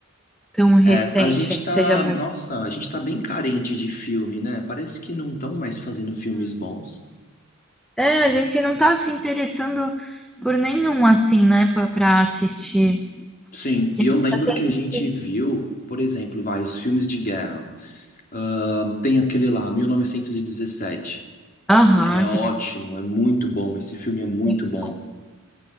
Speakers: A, in the centre; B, on the left.
A: tão recente
B: É, a gente tá,
A: que seja muito.
B: nossa, a gente tá bem carente de filme, né? Parece que não estão mais fazendo filmes bons.
A: É, a gente não tá se interessando por nenhum, assim, né, pra, pra assistir.
B: Sim,
A: A
B: e
A: gente
B: eu lembro
A: só quer
B: que
A: assistir.
B: a gente viu, por exemplo, vai, os filmes de guerra. Ah, tem aquele lá, 1917,
A: Aham,
B: que é
A: isso
B: ótimo,
A: é muito
B: é muito bom, esse filme é muito
A: bom.
B: bom.